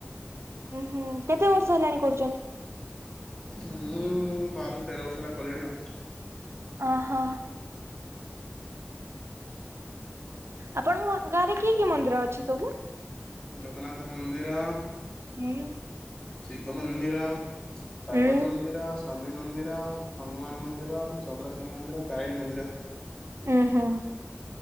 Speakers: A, on the right (about 80°); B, on the left (about 15°).
A: ଉଁ ହୁଁ କେତେ ବର୍ଷ ହେଲାଣି କରୁ
B: ଉଁ ବାର ତେର ବର୍ଷ ହେଲା କଲିଣି ଆଉ।
A: ଓହ। ଆପଣ ଗ ଗାଁ ରେ କି କି ମନ୍ଦିର ଅଛି ସବୁ?
B: ଜଗନ୍ନାଥ ମନ୍ଦିର।
A: ହୁଁ।
B: ଶିବ ମନ୍ଦିର, ପାର୍ବତୀ
A: ହୁଁ
B: ମନ୍ଦିର। ଶନି ମନ୍ଦିର, ହନୁମାନ ମନ୍ଦିର, ଚନ୍ଦ୍ରଶେଣ ମନ୍ଦିର, ତାରିଣୀ ମନ୍ଦିର।
A: ଉଁ ହୁଁ